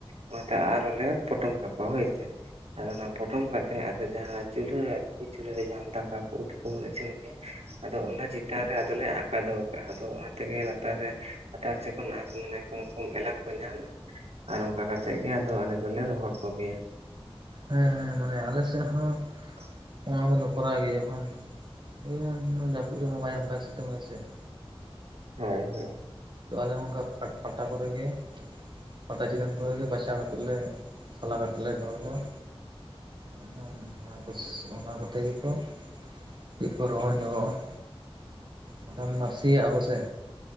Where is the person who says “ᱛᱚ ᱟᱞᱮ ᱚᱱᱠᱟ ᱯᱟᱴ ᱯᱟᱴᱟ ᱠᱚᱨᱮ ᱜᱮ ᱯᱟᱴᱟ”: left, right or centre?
Right